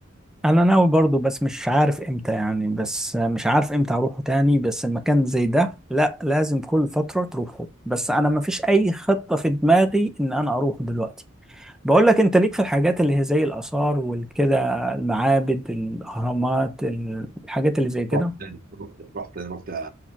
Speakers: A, in the centre; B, on the right.
A: انا ناوي برضو بس مش عارف امتى يعني بس مش عارف امتى اروحه تاني بس المكان زي ده لا لازم كل فترة تروحه بس انا ما فيش اي خطة في دماغي ان انا اروحه دلوقتي بقول لك انت ليك في الحاجات اللي هي زي الاثار والكده المعابد الاهرامات الحاجات اللي زي كده
B: رحت رحت رحت رحت